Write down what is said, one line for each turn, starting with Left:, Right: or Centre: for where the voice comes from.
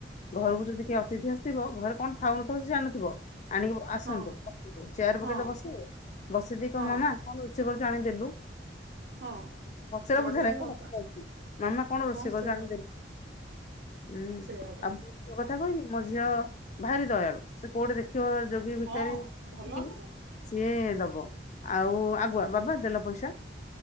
Left: ଘରକୁ ଯଦି କିଏ ଅତିଥି ଆସିଥିବ ଘରେ କଣ ଥାଉ ନ ଥାଉ ସେ ଜାଣିନଥିବ ଆଣିକି ଆସନ୍ତୁ
Right: ହଁ
Left: ଚେୟାର ପକେଇ
Right: ହଁ
Left: ତ ବସେଇ ବସେଇ ଦେଇ କହିବ
Right: ହଁ
Left: ମାମା କଣ ରୋଷେଇ କରିଛୁ ଆଣିକି ଦେଲୁ।
Right: ହଁ।
Left: ପଚରା
Right: ବଢିଆ
Left: ପଚାରି ନାହିଁ
Right: ଲୋ
Left: କଣ
Right: ଅପା
Left: <inaudible> ମାମା କଣ ରୋଷେଇ
Right: ହଁ
Left: କରିଛୁ
Right: ସେଇଆ
Left: ଆଣିଦେଲୁ।
Right: ପା
Left: ହୁଁ
Right: ସେଇଆ ପା
Left: ଆଉ ମୋ ପୁଅ କଥା କଣ କି ମୋ ଝିଅ ଭାରି ଦୟାଳୁ ସେ କୋଉଠି ଦେଖି ଖିବ ଯୋଗୀ ଭିକାରୀ।
Right: ହଁ ଭଲ
Left: କି
Right: ନୁହୁଁ।
Left: ସିଏ ଦବ ଆଉ ଆଗୁଆ ବାବା ଦେଲ ପଇସା